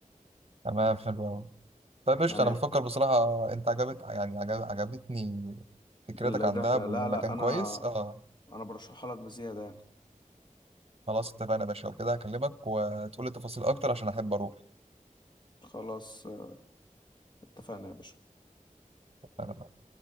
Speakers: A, on the right; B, on the left.
A: تمام حلو أوي طيب قشطة
B: يعني
A: أنا بفكر بصراحة أنت عجبت يعني عجب... عجبتني فكرتك
B: الرحله
A: عن دهب
B: لا
A: وإن المكان
B: لا انا
A: كويس اه
B: انا برشحها لك بزياده يعني
A: خلاص اتفقنا يا باشا وكده هكلمك وتقول لي تفاصيل اكتر عشان احب اروح
B: خلاص آه، اتفقنا يا باشا
A: انا